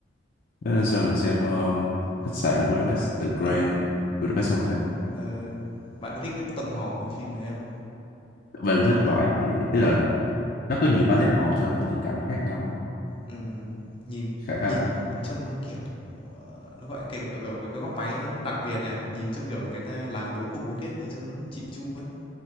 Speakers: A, on the left; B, on the left.
A: thế nên sao mình xem um, khách sạn
B: Cái ph
A: Budapest The Grand
B: ờ,
A: Budapest Hotel
B: ờ, bạn có thích cái tông màu của cái phim đấy không?
A: mình thích thoại tức là nó có nhiều palette màu cho những cảnh khác nhau á.
B: Ừm, nhìn
A: khá khá
B: nhìn
A: là thích
B: trông nó, kiểu, ờ, nó, gọi, cái kiểu, cái cái góc máy nó đặc biệt nhỉ? Nhìn trông, kiểu, người ta làm bố cục bố kiếc nhìn trông nó chỉn chu ấy.